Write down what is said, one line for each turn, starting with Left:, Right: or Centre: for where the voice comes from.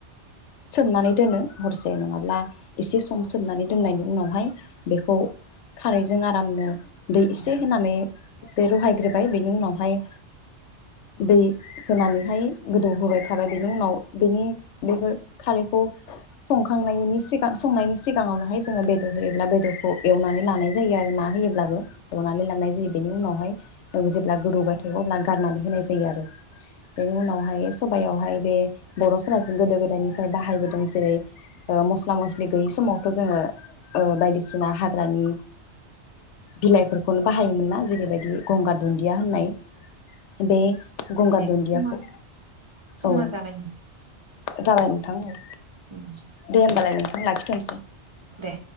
Left: सोमनानै दोनो हरसे नङाबा एसे सम सोमनानै दोन्नायनि उनावहाय बेखौ खारैजों आरामनो दै
Right: नंगौ
Left: एसे होनानै एसे रुहाय ग्रोबाय। बेनि उनावहाय दै होनानैहाय गोदौ होबाय थाबाय बेनि उनाव बेनि बेफोर खारैखौ संखांनायनि सिगां संनायनि सिगाङावनोहाय जोङो बेदर होयोब्ला बेदरखौ एवनानै लानाय जायो आरो ना होयोब्लाबो एवनानै लानाय जायो बेनि उनावहाय जेब्ला गोदौबाय थायो अब्ला गारनानै होनाय जायो आरो बेनि उनावहाय सबायावहाय बे बर'फोरा जों गोदो गोदायनिफ्राय बाहायबोदों जेरै मस्ला मस्लि गैयि समावथ' जोङो ओ बायदिसिना हाग्रानि बिलाइफोरखौनो बाहायोमोन ना जेरैबायदि गंगार दुन्दिया होननाय बे
Right: जोंनिया
Left: गंगार दुन्दियाखौ
Right: समा समा
Left: औ
Right: जाबाय
Left: जाबाय ओम। नोंथां औ।
Right: उम
Left: दे होमबालाय नों थां लाखिथ'नोसै।
Right: दे